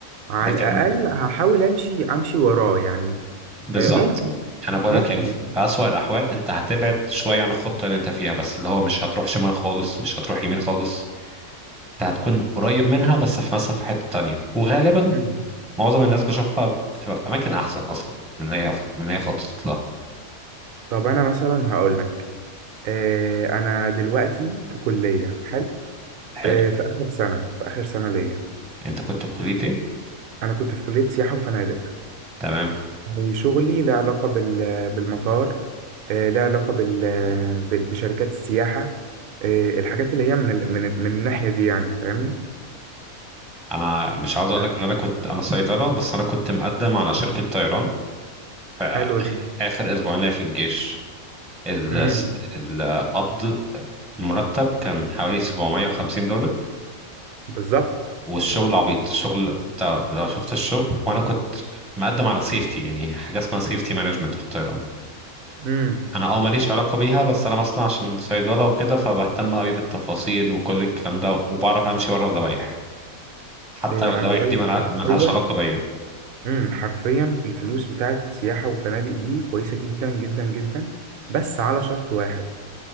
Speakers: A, on the right (about 55°); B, in the centre.
A: على
B: لكن
A: الأقل هحاول أمشي أمشي وراه يعني
B: بالظبط
A: آه، ممكن
B: انا بقول
A: ممكن
B: لك يعني في
A: يعني.
B: في اسوأ الاحوال انت هتبعد شويه عن الخطه اللي انت فيها بس اللي هو مش هتروح شمال خالص مش هتروح يمين خالص انت هتكون قريب منها بس في مثلا في حته تانية وغالبا
A: مم.
B: معظم الناس بشوفها بتبقى في اماكن احسن اصلا من اللي هي من اللي هي خططت لها
A: طب أنا مثلا هقول لك آه، أنا دلوقتي في كلية حلو
B: حلو
A: آه، في آخر سنة في آخر سنة ليا
B: انت كنت في كليه ايه
A: أنا كنت في كلية سياحة وفنادق
B: تمام
A: يعني شغلي له علاقة بال- بالمطار آه، له علاقة بال- بال- بشركات السياحة آه، الحاجات اللي هي من ال- من ال- من الناحية دي يعني فاهمني
B: انا مش عاوز اقول
A: آه،
B: لك ان انا كنت انا صيدله بس انا كنت مقدم على شركه طيران في
A: حلو
B: آخ-
A: ده
B: اخر اسبوعين ليا في الجيش ال-
A: امم
B: القبض المرتب كان حوالي 750 دولار
A: بالظبط
B: والشغل عبيط الشغل انت لو شفت الشغل وانا كنت مقدم على سيفتي يعني حاجه اسمها سيفتي مانجمنت في الطيران
A: امم
B: انا اه ماليش علاقه بيها بس انا مثلا عشان صيدله وكده فبهتم قوي بالتفاصيل وكل الكلام ده وبعرف امشي ورا اللوائح حتى
A: إيه
B: لو اللوائح
A: انا بقول
B: دي
A: لك
B: ملع-
A: حرفيا
B: ملهاش علاقه بيا
A: امم حرفيا الفلوس بتاعت سياحة وفنادق دي كويسة جدا جدا جدا بس على شرط واحد